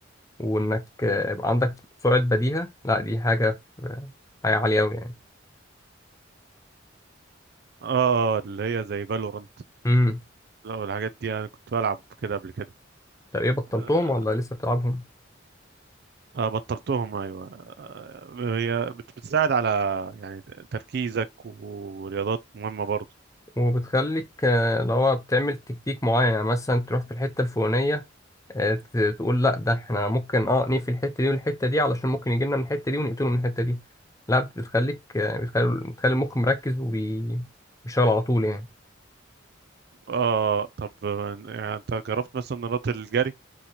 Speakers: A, on the left; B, on the right.
A: وإنك
B: أمم.
A: آه، يبقى عندك سرعة بديهة لا دي حاجة في- حاجة عالية أوي يعني
B: اه آه، اللي هي زي فالورانت
A: امم
B: لا والحاجات دي انا كنت بلعب كده قبل كده
A: طب ايه بطلتهم
B: آه
A: ولا لسه بتلعبهم
B: آه، بطلتهم ايوه آه هي بت- بتساعد على يعني ت- تركيزك ورياضات مهمة برضو
A: وبتخليك آه، اللي هو بتعمل تكتيك معين يعني مثلا تروح في الحتة الفلانية آه، ت- تقول لا ده احنا ممكن اه نقفل الحته دي والحته دي علشان ممكن يجي لنا من الحته دي ونقتله من الحته دي لا بتخليك آه، بتخلي بتخلي المخ مركز وبيشتغل على طول يعني
B: اه طب آه، يعني انت جربت مثلا رياضة الجري